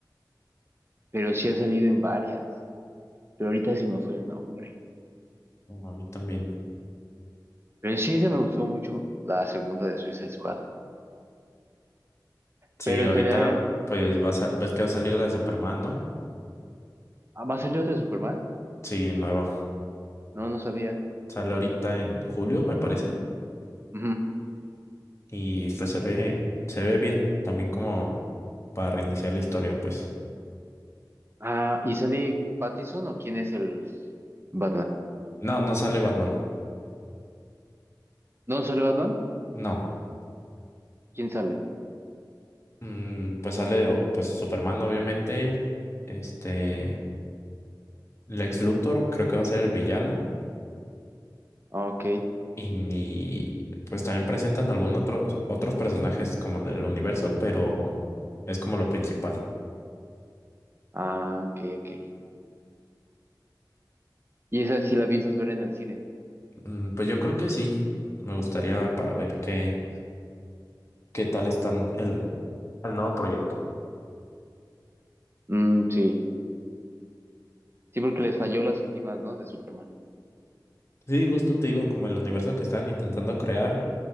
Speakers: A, on the right; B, on the left.
A: pero sí ha salido en varias. Pero ahorita se me fue el nombre.
B: No, a mí también.
A: Pero sí, se me gustó mucho la segunda de Suicide Squad.
B: Sí,
A: Pero
B: ahorita
A: en general,
B: pues va a, sa- ves que va a salir la de Superman, ¿no?
A: ¿va a salir otra de Superman?
B: Sí, nueva.
A: No, no sabía.
B: Sale ahorita en julio, me parece.
A: Ujú.
B: Y pues se ve, se ve bien. También como para reiniciar la historia, pues.
A: Ah, ¿y sale Pattinson o quién es el Batman?
B: No, no sale Batman.
A: ¿No sale Batman?
B: No.
A: ¿Quién sale?
B: Mm, pues sale o- pues Superman, obviamente. Este. Lex Luthor creo que va a ser el villano.
A: Ah, ok.
B: Y, ni- pues también presentan algunos otros otros personajes como del universo, pero es como lo principal.
A: Ah, ok, ok. ¿Y esa sí la piensas ver en el cine?
B: Mm, Pues yo creo que sí. Me gustaría para ver qué, qué tal están el, el nuevo proyecto.
A: Mm, sí. Sí, porque les falló las últimas, ¿no? De Superman.
B: Sí, justo te digo, como el universo que están intentando crear,